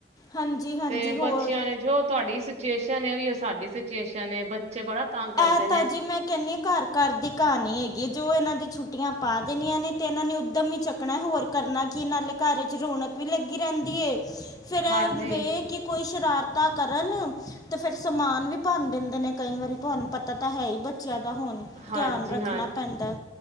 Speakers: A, on the left; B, on the right.
A: ਹਾਂਜੀ ਹਾਂਜੀ
B: ਤੇ
A: ਹੋਰ
B: ਬੱਚਿਆਂ ਨੇ ਜੋ ਤੁਹਾਡੀ ਸ ਸਿਚੁਏਸ਼ਨ ਉਹੀ ਸਾਡੀ ਸਿਚੁਏਸ਼ਨ ਹੈ। ਬੱਚੇ ਬੜਾ ਤੰਗ ਕਰਦੇ
A: ਐਹ
B: ਨੇ।
A: ਤਾਂ ਜੀ ਮੈਂ ਕਹਿੰਨੀ ਹਾਂ ਘਰ ਘਰ ਦੀ ਕਹਾਣੀ ਹੈਗੀ ਹੈ। ਜੋ ਇਹਨਾਂ ਦੀ ਛੁੱਟੀਆਂ ਪਾ ਦੇਣੀਆਂ ਨੇ। ਤੇ ਇਹਨਾਂ ਨੇ ਉੱਦਮ ਹੀ ਚੱਕਣਾ ਹੋਰ ਕਰਨਾ ਕੀ ਨਾਲੇ ਘਰ ਚ ਰੌਣਕ ਵੀ ਲੱਗੀ ਰਹਿੰਦੀ ਏ ਫਿਰ ਆ
B: ਹਾਂਜੀ,
A: ਵੈ ਨੇ ਕਿ <unintelligible> ਕੋਈ ਸ਼ਰਾਰਤਾਂ ਕਰਨ ਤੇ ਫੇਰ ਸਮਾਨ ਵੀ ਭੰਨ ਦਿੰਦੇ ਨੇ ਕਈ ਵਾਰੀ ਤੁਹਾਨੂੰ ਪਤਾ ਤਾਂ ਤਾਂ ਹੈ ਹੀ ਬੱਚਿਆਂ ਦਾ ਹੁਣ
B: ਹਾਂਜੀ
A: ਧਿਆਨ ਰੱਖਣਾ
B: ਹਾਂ
A: ਪੈਂਦਾ ਐ